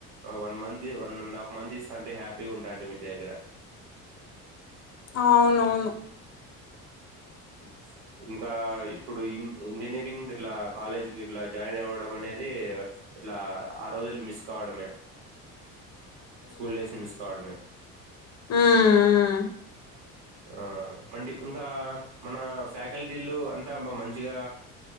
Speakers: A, on the right (about 65°); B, on the left (about 35°).
A: ఆ వన్ మంత్ తి వన్ అండ్ హాఫ్ మంత్ ఇస్తాంటే, హ్యాపీగా ఉంటాంటిమీ ఇంటి దగ్గర.
B: ఆ అవునవును
A: ప్చ్ ఇంకా ఇప్పుడు ఇం ఇంజనీరింగ్ గిట్లా, కాలేజ్ గిట్లా, జాయిన్ అవ్వడం అనేది ఇట్లా ఆ రోజులు మిస్ కావడమే స్కూల్ డేస్ ని మిస్ కావడమే
B: మ్మ్ మ్మ్
A: ఆ మండి ఇంకా మన ఫ్యాకల్టీలు అంతా మంచిగా